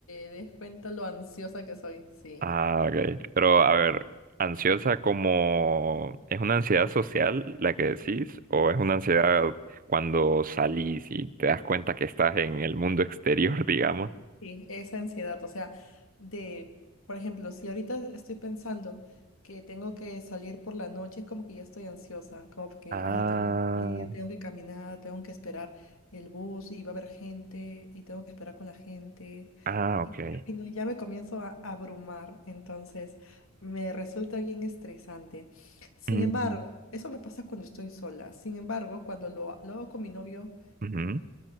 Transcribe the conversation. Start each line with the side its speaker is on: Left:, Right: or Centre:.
Left: des cuenta lo ansiosa que soy, sí.
Right: Ah, ok. Pero a ver, ansiosa como, ¿es una ansiedad social la que decís? ¿O es una ansiedad cuando salís y te das cuenta que estás en el mundo exterior, <laughs> digamos?
Left: Sí, esa ansiedad, o sea, de, por ejemplo, si ahorita estoy pensando que tengo que salir por la noche, es como que ya estoy ansiosa, como que,
Right: Ah,
Left: ay, tengo que salir, tengo que caminar, tengo que esperar el bus y va a haber gente y tengo que esperar con la gente.
Right: ah,
Left: Y,
Right: ok.
Left: y no, ya me comienzo a abrumar, entonces me resulta bien estresante. Sin
Right: Mm,
Left: embargo, eso me pasa cuando estoy sola. Sin embargo, cuando lo, lo hago con mi novio,
Right: ujú.